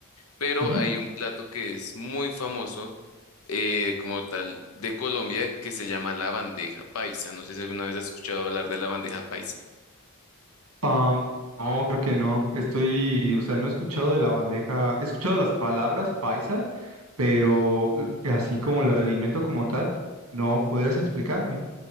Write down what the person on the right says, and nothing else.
ujú.
Am, no, creo que no. Estoy, o sea, no he escuchado de la bandeja, he escuchado las palabras paisa pero l- así como el alimento como tal, no, ¿podrías explicarme?